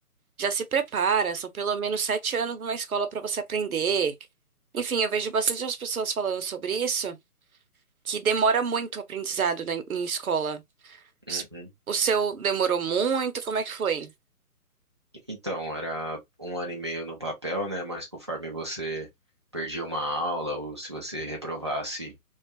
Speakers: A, on the right (about 65°); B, on the right (about 20°).
A: já se prepara, são pelo menos sete anos numa escola para você aprender. Enfim, eu vejo bastante as pessoas falando sobre isso, que demora muito o aprendizado na- em escola. S-
B: Uhum.
A: O seu demorou muito? Como é que foi?
B: Então, era um ano e meio no papel, né? Mas conforme você perdia uma aula ou se você reprovasse